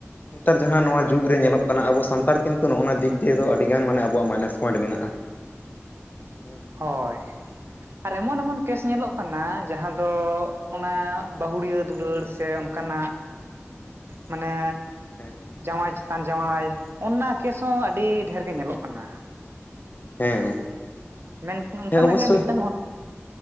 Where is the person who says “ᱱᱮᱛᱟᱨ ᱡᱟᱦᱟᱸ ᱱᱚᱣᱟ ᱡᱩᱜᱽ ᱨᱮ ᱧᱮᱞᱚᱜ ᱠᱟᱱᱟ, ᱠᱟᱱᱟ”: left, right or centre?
Left